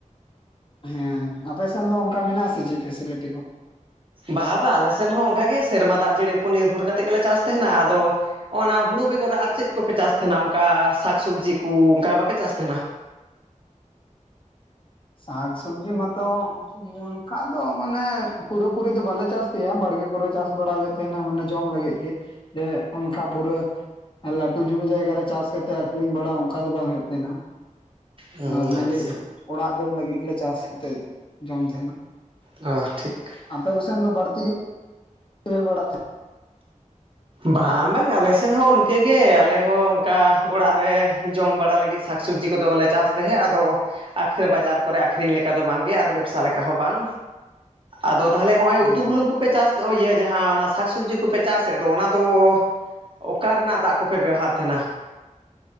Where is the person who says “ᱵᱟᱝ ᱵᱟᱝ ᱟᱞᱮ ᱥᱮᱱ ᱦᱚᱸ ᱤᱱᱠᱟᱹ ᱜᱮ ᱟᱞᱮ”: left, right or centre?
Right